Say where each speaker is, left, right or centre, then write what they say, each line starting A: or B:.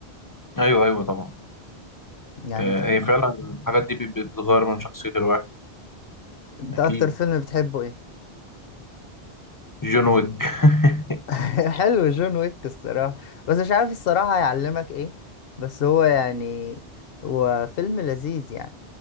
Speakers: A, on the left; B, on the left.
A: ايوه ايوه طبعا
B: يعني
A: آه،
B: انت
A: هي فعلا الحاجات دي بت- بتغير من شخصيه الواحد
B: انت
A: اكيد
B: اكتر فيلم بتحبه ايه
A: جون ويك <laughs>
B: <laughs> حلو جون ويك الصراحة بس مش عارف الصراحة هيعلمك ايه بس هو يعني هو فيلم لذيذ يعني